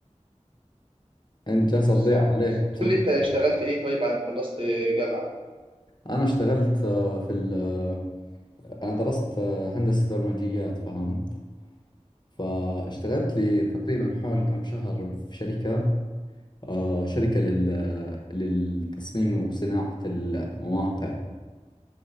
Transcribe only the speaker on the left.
انت جالسة
تضيع عليك
بسبب
انا اشتغلت آه، في ال... آه، انا درست آه، هندسة برمجيات فهمت فاشتغلت لي تقريبا حول كم شهر في شركة آه، شركة لل... للتصميم وصناعة المواقع